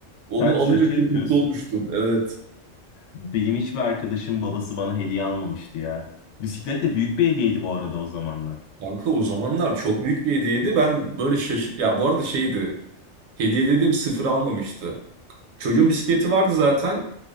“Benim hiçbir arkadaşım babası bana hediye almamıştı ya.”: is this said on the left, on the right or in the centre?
Left